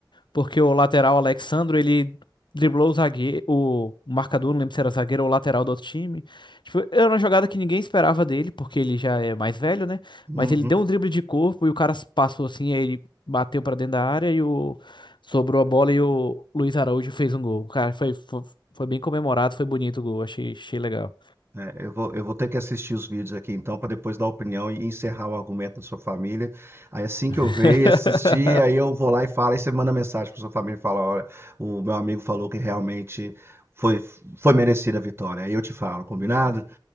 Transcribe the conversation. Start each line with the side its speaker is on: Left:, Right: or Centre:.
Left: Porque o lateral Alexandro, ele driblou o zagueiro, o marcador, não lembro se era zagueiro ou lateral do outro time. Tipo, era uma jogada que ninguém esperava dele, porque ele já é mais velho, né?
Right: Uhum.
Left: Mas ele deu um drible de corpo e o cara passou assim, aí ele bateu pra dentro da área e o sobrou a bola e o Luiz Araújo fez um gol. Cara, foi, foi, foi bem comemorado, foi bonito o gol, achei, achei legal.
Right: É, eu vou, eu vou ter que assistir os vídeos aqui então, para depois dar opinião e encerrar o argumento da sua família. Aí assim que eu ver
Left: <laughs>
Right: e assistir, aí eu vou lá e falo, aí você manda mensagem para sua família e fala: olha, o meu amigo falou que realmente foi, foi merecida a vitória. Aí eu te falo, combinado?